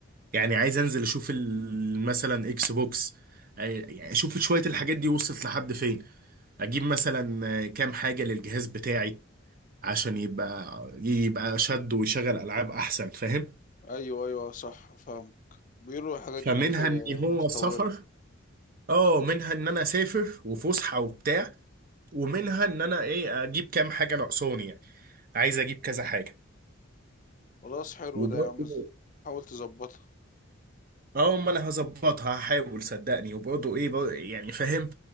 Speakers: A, on the right; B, on the left.
A: يعني عايز انزل اشوف ال- مثلا اكس بوكس آه، يعني اشوف شويه الحاجات دي وصلت لحد فين اجيب مثلا آه، كام حاجه للجهاز بتاعي عشان يبقى يبقى شد ويشغل العاب احسن فاهم
B: ايوه ايوه صح فاهمك بيقولوا الحاجات
A: فمنها
B: دي هناك
A: ان هو
B: متطورة
A: سفر اه منها ان انا اسافر وفسحه وبتاع ومنها ان انا ايه اجيب كام حاجه ناقصاني يعني عايز اجيب كذا حاجه
B: خلاص حلو
A: وبرضه
B: ده يا عم حاول تظبطها
A: اه ما انا هظبطها هحاول صدقني وبرضه ايه برضه يعني فاهم